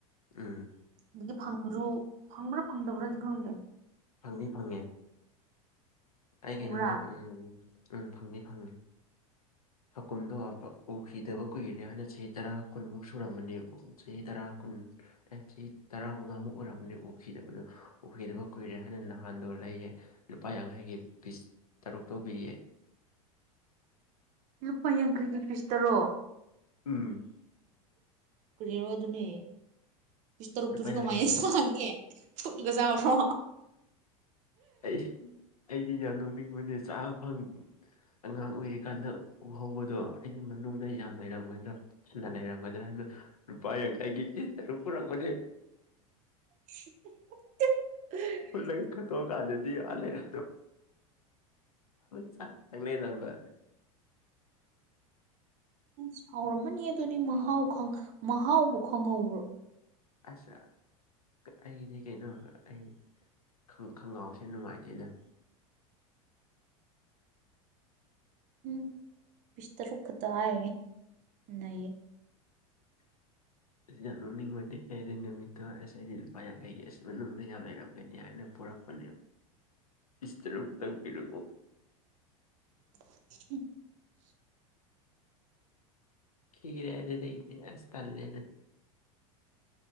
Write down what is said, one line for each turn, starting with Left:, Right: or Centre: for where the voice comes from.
Left: ꯎꯝ
Right: ꯑꯗꯒꯤ ꯐꯪꯕ꯭ꯔꯣ ꯐꯪꯕ꯭ꯔꯥ ꯐꯪꯗꯕ꯭ꯔꯥꯗꯤ ꯈꯪꯗꯦ
Left: ꯐꯪꯅꯤ ꯐꯪꯉꯦ ꯑꯩ
Right: ꯐꯪꯕ꯭ꯔꯥ
Left: ꯀꯩꯅꯣꯗ ꯎꯝ ꯎꯝ ꯎꯝ ꯐꯪꯅꯤ ꯐꯪꯅꯤ ꯑꯀꯨꯝꯗꯣ ꯎꯈꯤꯗꯕ ꯀꯨꯏꯔꯦ ꯍꯥꯏꯅ ꯆꯍꯤ ꯇꯔꯥ ꯀꯨꯟꯃꯨꯛ ꯁꯨꯔꯝꯕꯅꯤ ꯆꯍꯤ ꯇꯔꯥ ꯀꯨꯟ ꯑꯦ ꯆꯍꯤ ꯇꯔꯥꯃꯉꯥꯃꯨꯛ ꯑꯣꯏꯔꯝꯝꯕꯅꯤ ꯎꯈꯤꯗꯕꯗꯨ ꯎꯈꯤꯗꯕ ꯀꯨꯏꯔꯦ ꯍꯥꯏꯅ ꯅꯍꯥꯟꯗ ꯑꯣꯏꯔ ꯂꯩꯌꯦ ꯂꯨꯄꯥ ꯌꯥꯡꯈꯩꯒꯤ ꯄꯤꯁ ꯇꯔꯨꯛꯇꯧꯕꯤꯌꯦ
Right: ꯂꯨꯄꯥ ꯌꯥꯡꯈꯩꯒꯤ ꯄꯤꯁ ꯇꯔꯣ
Left: ꯎꯝ
Right: ꯀꯔꯣꯗꯅꯦ ꯤꯁ ꯇꯔꯨꯛꯇꯨꯔꯤ
Left: ꯂꯨꯄꯥ ꯌꯥꯡꯈꯩꯒꯤ
Right: ꯀꯃꯥꯏ ꯆꯪꯒꯦ ꯐꯨꯠꯒ ꯆꯥꯕ꯭ꯔꯣ
Left: ꯑꯩ ꯑꯩꯗꯤ ꯌꯥꯝ ꯅ ꯂꯧꯅꯤꯡꯕꯅꯦ ꯆꯥꯕ ꯐꯪ ꯑꯉꯥꯡ ꯑꯣꯏꯔꯤꯀꯥꯟꯗ ꯎꯍꯧꯕꯗꯣ ꯑꯩꯗꯤ ꯃꯅꯨꯡꯗ ꯌꯥꯝꯥ ꯂꯩꯔꯝꯒꯗ꯭ꯔꯥ ꯐꯅ ꯂꯩꯔꯝꯒꯗ꯭ꯔꯥ ꯍꯥꯏꯅ ꯄꯥꯥꯏꯡ ꯀꯥꯏꯒꯤ ꯇꯔ ꯄꯨꯔꯕ
Right: ꯎ
Left: ꯐꯨꯜꯂꯒ ꯈꯠꯇꯣꯛꯑ ꯀꯥꯗꯗꯤ ꯐꯂꯕ ꯆꯥꯡ ꯆꯝꯕ <inaudible>
Right: ꯁꯥꯎꯔꯝꯃꯅꯤ ꯑꯗꯨꯗꯤ ꯃꯍꯥꯎ ꯃꯍꯥꯎꯕꯨ ꯈꯪꯍꯧꯕ꯭ꯔꯣ
Left: ꯑꯁ ꯑꯩꯗꯤ ꯀꯩꯅꯣ ꯑꯩ ꯈꯣꯡꯒ꯭ꯔꯥꯎꯁꯦ ꯅꯨꯡꯉꯥꯏꯇꯦꯗ
Right: ꯎꯝ ꯤꯁꯇꯔꯨ ꯈ ꯇꯑ ꯅ
Left: <inaudible> ꯌꯥꯝ ꯅꯣꯛꯅꯤꯡꯕꯅꯤ ꯑꯩ ꯑꯗꯨꯒꯤ ꯅꯨꯃꯤꯠꯇꯨ ꯑꯁ ꯑꯩꯗꯤ ꯂꯨꯄꯥ ꯌꯥꯡꯈꯩꯒꯤ ꯑꯁ ꯃꯅꯨꯡꯗ ꯌꯥꯝ ꯂꯩꯔꯝꯒꯅꯤ ꯍꯥꯏꯅ ꯄꯨꯔꯛꯄ ꯤꯁꯇꯔ ꯄꯊꯔ
Right: <inaudible>
Left: ꯈꯤꯔꯦꯗꯤ ꯂꯩ ꯏ ꯑꯁ ꯄꯂꯦꯅ